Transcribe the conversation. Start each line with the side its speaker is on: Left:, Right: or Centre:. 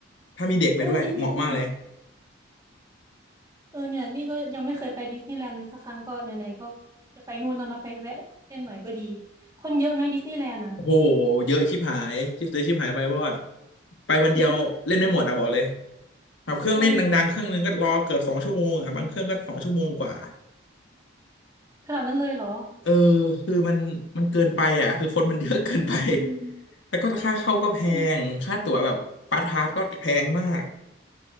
Left: ถ้ามีเด็กไปด้วยเหมาะมากเลย
Right: เออดิสนีย์แลนด์เออเนี่ยนี่ก็ยังไม่เคยไปดิสนีย์แลนด์เลยสักครั้งก็ไหนๆก็จะไปนู่นแล้วเนาะไปแวะเล่นหน่อยก็ดีคนเยอะไหมดิสนีย์แลนด์อ่ะ
Left: โอ้โห เยอะชิบหายชิบเตยชิบหายไปวอดไปวันเดียวเล่นไม่หมดอะบอกเลย
Right: <laughs>
Left: แบบเครื่องเล่นดังๆเครื่องนึงก็รอเกือบสองชั่วโมงอะบางเครื่องก็สองชั่วโมงกว่า
Right: เออขนาดนั้นเลยเหรอ
Left: เออคือมันมันเกินไปอ่ะคือคนมันเยอะเกินไป
Right: อืม
Left: แล้วก็ค่าเข้าก็แพงค่าตั๋วแบบฟาสต์พาสก็แพงมาก
Right: เอ